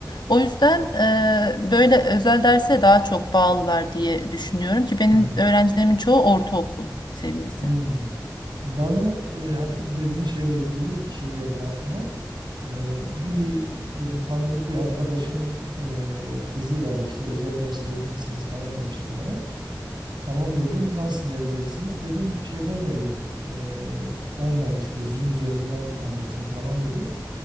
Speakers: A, on the left; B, on the right.
A: O yüzden e, böyle özel derse daha çok bağlılar diye düşünüyorum ki benim
B: Evet.
A: öğrencilerimin çoğu ortaokul seviyesi.
B: Hmm. Bana e, hani o dediğin şeyle ilgili bir şey geldi aklıma. E, bir böyle tanıdık bir arkadaşımın e, kızı vardı işte özel ders verir misiniz falan demişti bana. Tamam dedim nasıl vereceksiniz dedim şeyden vereyim e, online işte Zoom üzerinden anlatayım falan dedim.